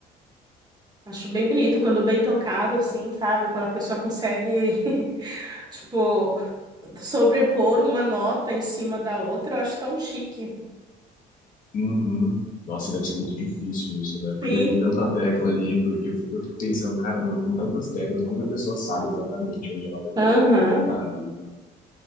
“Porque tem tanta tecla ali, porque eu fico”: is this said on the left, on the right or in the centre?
Left